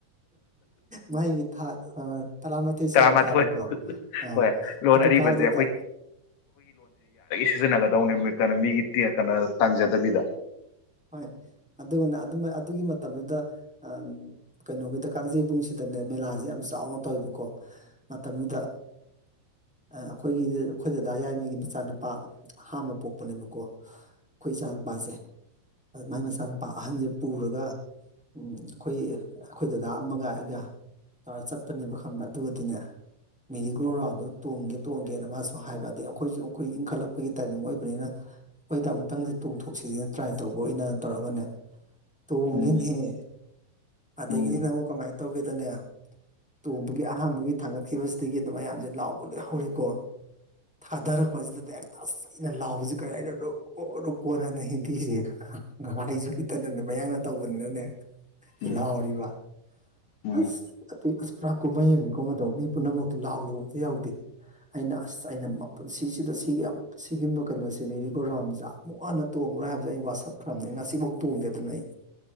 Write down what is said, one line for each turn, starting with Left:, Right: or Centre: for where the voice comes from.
Centre: ꯃꯍꯩꯒꯤ ꯊꯥꯛ ꯇꯔꯥꯃꯥꯊꯣꯏ ꯁꯨꯕ
Left: ꯇꯔꯥꯃꯥꯊꯣꯏ
Centre: ꯀꯥꯕꯀꯣ ꯑ
Left: ꯍꯣꯏ ꯂꯣꯟ
Centre: ꯑꯗꯨ
Left: ꯑꯔꯤꯕꯁꯦ
Centre: ꯀꯥꯗꯨꯗ
Left: ꯁꯤꯖꯤꯟꯅꯒꯗꯧ ꯅꯦꯃꯤꯠ ꯀꯩꯅꯣ ꯃꯤꯒꯤ ꯇꯦꯛꯀꯥꯅ ꯑꯗꯨꯝ ꯇꯥꯡꯖꯕꯤ ꯗꯕꯤꯗ
Centre: ꯍꯣꯏ ꯑꯗꯨꯅ ꯑꯗꯨ ꯑꯗꯨꯒꯤ ꯃꯇꯝꯗꯨꯗ ꯑ ꯀꯩꯅꯣꯒꯤꯗ ꯀꯥꯡꯖꯩꯕꯨꯡꯁꯤꯗꯅꯦ ꯃꯦꯂꯥꯁꯦ ꯌꯥꯝ ꯆꯥꯎꯅ ꯇꯧꯋꯦꯕꯀꯣ ꯃꯇꯝꯗꯨꯗ ꯑꯩꯈꯣꯏꯒꯤꯗ ꯑꯩꯈꯣꯏ ꯗꯗꯥ ꯌꯥꯏꯃꯥꯒꯤ ꯃꯆꯥꯅꯨꯄꯥ ꯑꯍꯟꯕ ꯄꯣꯛꯄꯅꯦꯕꯀꯣ ꯑꯩꯈꯣꯏ ꯏꯆꯥ ꯅꯨꯨꯄꯥꯁꯦ ꯃꯥꯏ ꯃꯆꯥꯅꯨꯄꯥ ꯑꯍꯟꯖꯦ ꯄꯨꯔꯒ ꯑꯩꯈꯣꯏ ꯑꯩꯈꯣꯏ ꯗꯗꯥ ꯑꯃꯒ ꯑꯩꯒ ꯇꯧꯔ ꯆꯠꯄꯅꯦꯕ ꯈꯟꯕ ꯑꯗꯨꯒꯗꯤꯅꯦ ꯃꯦꯔꯤꯒꯣꯜ ꯔꯥꯎꯟꯗꯣ ꯇꯣꯡꯒꯦ ꯇꯣꯡꯒꯦꯅ ꯃꯥꯁꯨ ꯍꯥꯏꯕ ꯑꯗꯩ ꯑꯩꯈꯣꯏꯁꯨ ꯑꯩꯈꯣꯏ ꯏꯟꯈꯠꯂꯛꯄꯒꯤ ꯇꯥꯏꯃꯤꯡ ꯑꯣꯏꯕꯅꯤꯅ ꯑꯩꯈꯣꯏꯗ ꯑꯃꯨꯛꯇꯪ ꯇꯣꯡꯊꯣꯛꯁꯤꯁꯤꯅ ꯇ꯭ꯔꯥꯏ ꯇꯧꯕ ꯑꯣꯏꯅ ꯇꯧꯔꯒꯅꯦ ꯇꯣꯡꯉꯦꯅꯦꯍꯦ
Left: ꯎꯝ
Centre: ꯑꯗꯒꯤꯗꯤ
Left: ꯎꯝ
Centre: ꯅꯪꯕꯨ ꯀꯃꯥꯏꯅ ꯇꯧꯒꯦ ꯗꯅꯦ ꯇꯣꯡꯕꯒꯤ ꯑꯍꯥꯟꯕꯒꯤ ꯊꯥꯡꯒꯠꯈꯤꯕꯁꯤꯗꯒꯤ ꯑꯗꯨ ꯃꯌꯥꯝꯖꯦ ꯂꯥꯎꯕ ꯂꯣꯏ ꯍꯧꯔꯀꯣ ꯊꯥꯗꯔꯛꯄꯁꯤꯗꯅꯦ ꯍꯦꯛꯇ ꯑꯩꯅ ꯂꯥꯎꯕꯁꯤ ꯀꯔꯤꯅꯣ ꯔꯨꯀꯣ ꯔꯨꯀꯣꯅ <unintelligible> ꯂꯥꯎꯔꯤꯕ
Left: ꯎꯝ ꯎꯝ
Centre: ꯑꯁ ꯄꯨꯔꯥ ꯀꯨꯝꯍꯩ ꯑꯝꯅꯤꯀꯣ ꯃꯗꯣ ꯄꯨꯝꯅꯃꯛꯇꯨ ꯂꯥꯎꯗꯕ ꯑꯝꯇ ꯌꯥꯎꯗꯦ ꯑꯩꯅ ꯑꯁ ꯑꯩꯅ ꯄꯨꯟꯁꯤꯁꯤꯗ ꯁꯤꯒꯤ ꯁꯤꯒꯨꯝꯕ ꯀꯩꯅꯣꯁꯦ ꯃꯦꯔꯤ ꯒꯣꯒꯜꯔꯥꯎꯟꯁꯤ ꯑꯃꯨꯛ ꯍꯟꯅ ꯇꯣꯡꯉꯔꯣꯏ ꯍꯥꯏꯕ ꯑꯩ ꯋꯥꯁꯛꯈ꯭ꯔꯕꯅꯤ ꯉꯁꯤꯕꯧ ꯇꯣꯡꯗꯦ ꯑꯗꯨꯅ ꯑꯩ